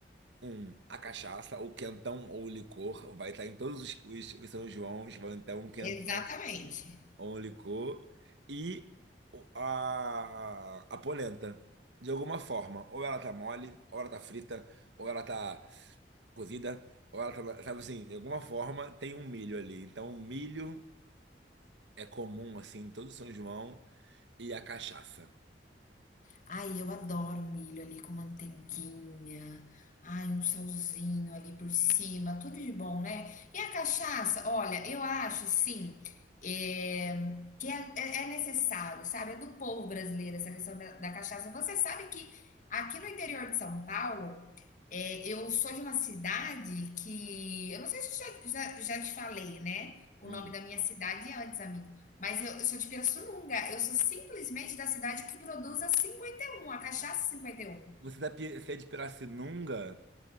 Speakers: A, on the right; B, on the left.
A: Um, a cachaça, ou quentão, ou licor, vai estar em todos os, os, os São Joãos, vai ter um quentão.
B: Exatamente.
A: only co e o- a, a polenta. De alguma forma, ou ela tá mole, ou ela tá frita, ou ela tá cozida, ou ela tá, sabe assim, de alguma forma tem um milho ali. Então, o milho é comum assim em todo São João e a cachaça.
B: Ai, eu adoro milho ali com manteiguinha. Ai, um salzinho ali por cima, tudo de bom, né? E a cachaça? Olha, eu acho, sim, é, que é, é- é necessário, sabe? É do povo brasileiro essa questão da, da cachaça. Você sabe que aqui no interior de São Paulo, é, eu sou de uma cidade que. Eu não sei se eu já, já, já te falei, né? O
A: Hum.
B: nome da minha cidade antes, amigo. Mas eu, eu sou de Pirassununga. Eu sou simplesmente da cidade que produz a 51, a cachaça 51.
A: Você tá, pi- você é de Pirassununga?